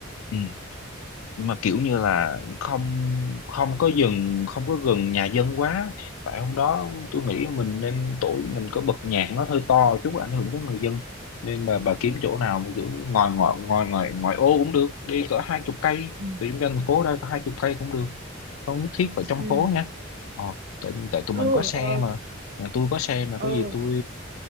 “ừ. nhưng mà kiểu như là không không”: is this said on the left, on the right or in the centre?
Left